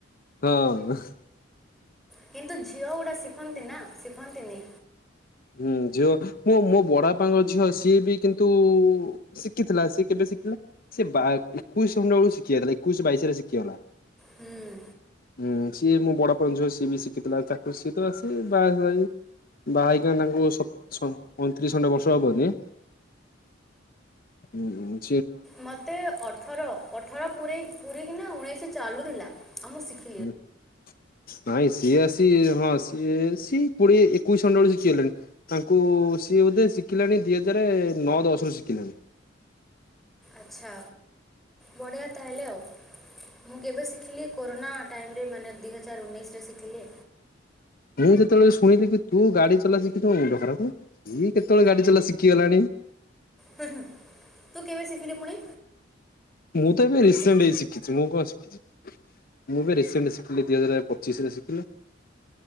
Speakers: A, on the left (about 50°); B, in the centre.
A: ହଁ।
B: କିନ୍ତୁ ଝିଅ ଗୁଡା ଶିଖନ୍ତି ନା ଶିଖନ୍ତିନି?
A: ହୁଁ ଝିଅ ମୁଁ ମୋ ବଡା ପାଙ୍କ ଝିଅ ସିଏ ବି କିନ୍ତୁ ଶିଖିଥିଲା ସିଏ କେବେ ଶିଖିଲା ସେ ବା ଏକୋଇଶ ବଳକୁ ଶିଖିଇଥିଲା ଏକୋଇଶ ବାଇଶ ରେ ଶିଖିଗଲା।
B: ହୁଁ।
A: ହୁଁ ସିଏ ମୋ ବଡପା ଝୁଅ ସିଏ ବି ଶିଖିଥିଲା ତାକୁ ସିଏ ତ ଆସି ବାହା ବାହା ହେଇ କ ତାଙ୍କୁ ଶ ସ ଅଇଁତିରିଶ ଖଣ୍ଡ ବର୍ଷ ହବ ଯେ ହୁଁ ହୁଁ।
B: ମୋତେ ଅଠର ଅଠର ପୁରେଇ ପୁରିକିିନା ଉଣେଇଶି ଚାଲୁଥିଲା ଆମ ଶିକ୍
A: <inaudible> ନାଇଁ ସିଏ ଆସି ହଁ ସିଏ ସି କୋଡ଼ିଏ ଏକୋଇଶି <unintelligible> ଶିକିଗଲେଣି। ତାଙ୍କୁ ସିଏ ବୋଧେ ଶିଖିଲାଣି ଦି ହଜାର ନଅ ଦଶ ରୁ ଶିଖିଲାଣି।
B: ଆଚ୍ଛା ବଢ଼ିଆ ତାହଲେ ଆଉ। ମୁଁ କେବେ ଶିଖିଲି କୋରୋନା ଟାଇମରେ ମାନେ ଦୁଇହଜାର ଉଣେଇଶରେ ଶିଖିଲି।
A: ମୁଁ ଯେତେବେଳେ ଶୁଣିଲି କି ତୁ ଗାଡି ଚଲା ଶିଖିଛୁ ମୋ ମୁଣ୍ଡ ଖରାପ ଇଏ କେତେବେଳେ ଗାଡି ଚଲା ଶିଖି ଗଲାଣି।
B: ହୁଁ ହୁଁ ତୁ କେବେ ଶିଖିଲୁ ପୁଣି?
A: ମୁଁ ତ ଏବେ ରିସେଣ୍ଟ ହେଇ ଶିଖିଛି ମୁଁ କଣ ଶିଖିଛି। ମୁଁ ଏବେ ରିସେଣ୍ଟ ଶିଖିଲି ଦି ହଜାର ପଚିଶରେ ଶିଖିଲି।